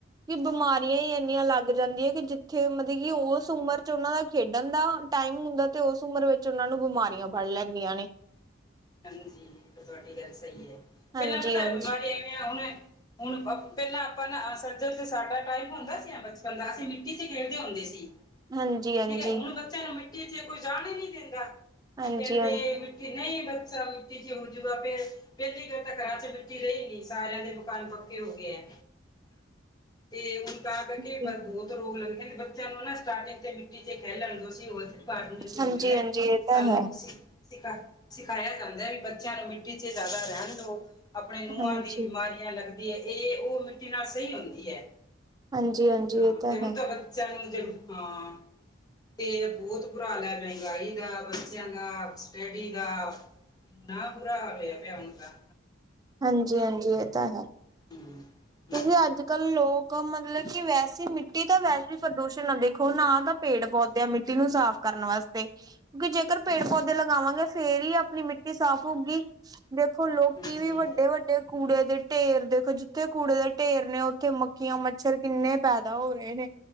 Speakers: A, on the right (about 20°); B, on the left (about 20°).
A: ਕਿ ਬਿਮਾਰੀਆਂ ਹੀ ਇੰਨੀਆਂ ਲੱਗ ਜਾਂਦੀਆਂ ਕਿ ਜਿੱਥੇ ਮਤਲਬ ਕਿ ਉਸ ਉਮਰ ਚ ਉਹਨਾਂ ਦਾ ਖੇਡਣ ਦਾ ਟਾਈਮ ਹੁੰਦਾ ਤੇ ਉਸ ਉਮਰ ਵਿੱਚ ਉਹਨਾਂ ਨੂੰ ਬਿਮਾਰੀਆਂ ਫੜ ਲੈਂਦੀਆਂ ਨੇ
B: ਹਾਂਜੀ ਇਹ ਤੁਹਾਡੀ ਗੱਲ ਸਹੀ ਏ,
A: ਹਾਂਜੀ
B: ਪਹਿਲਾਂ ਪਤਾ
A: ਹਾਂਜੀ
B: ਬਿਮਾਰੀ ਐਵੇਂ ਆ ਉਵੇਂ ਹੁਣ ਹੁਣ ਪਹਿਲਾਂ ਆਪ ਸੱਜਰ ਤੇ ਸਾਡਾ ਟਾਈਪ ਹੁੰਦਾ ਸੀ ਬਚਪਨ ਦਾ ਅਸੀਂ ਮਿੱਟੀ ਤੇ ਖੇਡਦੇ ਹੁੰਦੇ ਸੀ।
A: ਹਾਂਜੀ ਹਾਂਜੀ
B: ਠੀਕ ਐ, ਹੁਣ ਬੱਚਿਆਂ ਨੂੰ ਮਿੱਟੀ ਚ ਕੋਈ ਜਾੜ ਈ ਨੀ ਦਿੰਦਾ।
A: ਹਾਂਜੀ
B: ਕਹਿੰਦੇ ਮਿੱਟੀ ਨਹੀਂ ਬੱਚਾ ਮਿੱਟੀ ਜੂਗਾ <unintelligible> ਪਹਿਲੀ ਗੱਲ ਤਾਂ ਘਰਾਂ ਚ ਮਿੱਟੀ ਰਹੀ ਨੀ, ਸਾਰਿਆਂ ਦੇ ਮਕਾਨ ਪੱਕੇ ਹੋ ਗੇ ਐ।
A: <inaudible>
B: ਤੇ ਤਾਂ
A: ਹਾਂਜੀ
B: ਕਰਕੇ ਬਹੁਤ ਰੋਗ ਲੱਗ ਕਹਿੰਦੇ ਬੱਚਿਆਂ ਨੂੰ ਨਾ ਸਟਾਰਟਿੰਗ ਤੇ ਮਿੱਟੀ ਚ ਖਹਿਲੈਣ ਦੋ ਸੀ <unintelligible> ਆਉਂਦੇ
A: ਹਾਂਜੀ
B: ਨੇ
A: ਹਾਂਜੀ ਇਹ ਤਾਂ
B: ਸਾਨੂੰ
A: ਹੈ
B: ਤੁਂ ਸਿਖਾ-ਸਿਖਾਇਆ ਜਾਂਦਾ ਐ ਵੀ ਬੱਚਿਆਂ ਨੂੰ ਮਿੱਟੀ ਚ ਜ਼ਿਆਦਾ ਰਹਿਣ ਦੋ। ਆਪਣੇ ਨੂੰਹਾਂ
A: ਹਾਂਜੀ
B: ਦੀ ਬਿਮਾਰੀਆਂ ਲੱਗਦੀ ਹੈ ਇਹ ਉਹ ਮਿੱਟੀ ਨਾਲ ਸਹੀ ਹੁੰਦੀ ਐ।
A: ਹਾਂਜੀ ਹਾਂਜੀ
B: ਹਾਂ,
A: ਇਹ
B: ਤੇ ਹੁਣ
A: ਹੈ
B: ਤਾਂ ਬੱਚਿਆਂ ਨੂੰ ਜੇ, ਹਾਂ ਤੇ ਬੋਤ ਬੁਰਾ ਹਾਲ ਐ, ਮਹਿੰਗਾਈ ਦਾ, ਬੱਚਿਆਂ ਦਾ, ਸਟੱਡੀ ਦਾ। ਇੰਨਾ ਬੁਰਾ ਹੋਵੇ ਪਿਆ ਹੁਣ ਤਾ
A: ਹਾਂਜੀ-ਹਾਂਜੀ, ਇਹ ਤਾਂ ਹੈ।
B: ਹੂੰ
A: ਤੁਸੀ
B: ਹਾਂਜੀ
A: ਅੱਜ ਕੱਲ੍ਹ ਲੋਕ ਮਤਲਬ ਕਿ ਵੈਸੇ ਮਿੱਟੀ ਤਾਂ ਵੈਸੇ ਪ੍ਰਦੂਸ਼ਣ ਨਾ ਦੇਖੋ ਨਾ ਤਾਂ ਪੇੜ ਪੌਦੇ ਆ ਮਿੱਟੀ ਨੂੰ ਸਾਫ਼ ਕਰ ਕਰਨ ਵਾਸਤੇ ਕਿਉਂਕਿ ਜੇਕਰ ਪੇੜ
B: ਹਾਂਜੀ
A: ਪੌਦੇ ਲਗਾਵਾਂਗੇ ਫੇਰ ਹੀ ਆਪਣੀ ਮਿੱਟੀ ਸਾਫ਼ ਹੋਗੀ। ਦੇਖੋ ਲੋਕੀ
B: ਹਾਂਜੀ
A: ਵੀ ਵੱਡੇ ਵੱਡੇ ਕੂੜੇ ਦੇ ਢੇਰ ਦੇਖੋ ਜਿੱਥੇ ਕੂੜੇ ਦੇ ਢੇਰ ਨੇ ਉੱਥੇ ਮੱਕੀਆਂ ਮੱਛਰ ਕਿੰਨੇ ਪੈਦਾ ਹੋ ਰਹੇ ਨੇ।